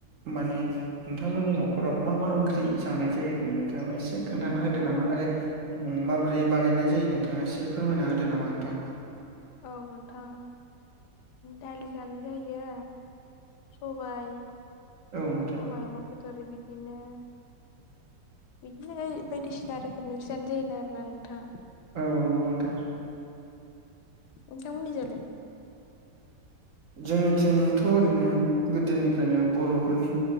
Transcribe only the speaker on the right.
माने। नोंथांमोननि न'खराव मा मा ओंख्रि जानाय जायो आरैनो नोंथाङानो एसे। एसे
खोन्थाना होदो नामा आरो माबोरै बानायनाय जायो नोंथाङा एसे फोरमायना होदो नामा नोंथां।
औ नोंथां
औ नंगौ नोंथां।
जोंनिथिंथ' ओरैनो गोदोनिफ्रायनो बर'फोरनि।